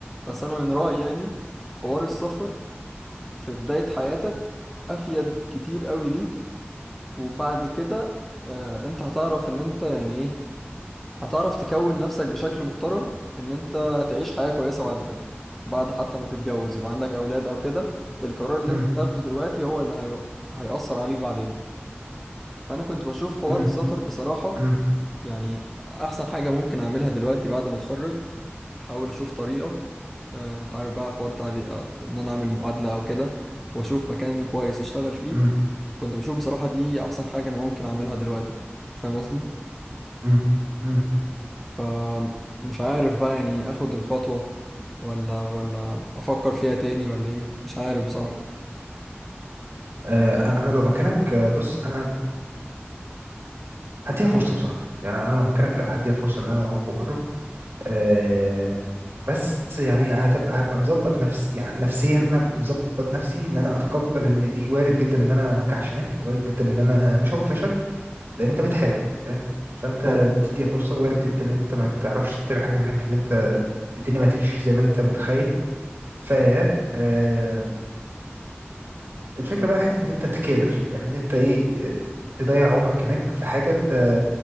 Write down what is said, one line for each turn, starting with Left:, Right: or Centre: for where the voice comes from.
Centre: بس انا من رايي يعني حوار السفر في بدايه حياتك افيد كتير قوي ليك وبعد كده آه انت هتعرف ان انت يعني إيه هتعرف تكون نفسك بشكل محترم ان انت تعيش حياة كويسة بعد كده بعد حتى ما تتجوز يبقى عندك اولاد او كده القرار اللي
Right: امم
Centre: انت هتاخده دلوقتي هو اللي هي... هيأثر عليك بعدين فانا كنت بشوف حوار
Right: امم
Centre: السفر بصراحة
Right: امم
Centre: يعني احسن حاجة ممكن اعملها دلوقتي بعد ما اتخرج احاول اشوف طريقة أم، انت عارف بقى حوار تعدي آه، ان انا اعمل معادلة او كده واشوف مكان كويس اشتغل فيه
Right: امم
Centre: كنت بشوف بصراحة دي احسن حاجة انا ممكن اعملها دلوقتي فاهم قصدي
Right: امم امم.
Centre: فمش عارف بقى يعني اخد الخطوة ولا ولا افكر فيها تاني ولا ايه مش عارف بصراحة
Right: آه انا لو مكانك آه، بص انا هديها فرصة بصراحة يعني انا لو مكانك لا هديها فرصة ان انا اروح واجرب آه بس يعني هتبقى هبقى مظبط نفسي يعني نفسيا انا مظبط نفسي ان انا اتقبل ان دي وارد جدا ان انا ما انجحش هناك وارد جدا ان انا مش هقول فشل لان انت بتحاول فاهم فانت
Centre: اه
Right: تديها فرصه وارد جدا ان انت ما تعرفش تعمل حاجه هناك ان انت الدنيا ما تمشيش زي ما انت متخيل ف آه، الفكره بقى حته ان انت تكابر يعني ان انت ايه آه، تضيع عمرك هناك في حاجه انت